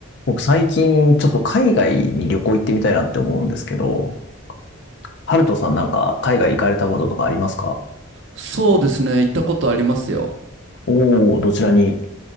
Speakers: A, on the left; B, on the right.
A: 僕最近ちょっと海外に旅行行ってみたいなって思うんですけど、ハルトさんなんか海外行かれたこととかありますか
B: そうですね、行ったことありますよ。
A: おおー、どちらに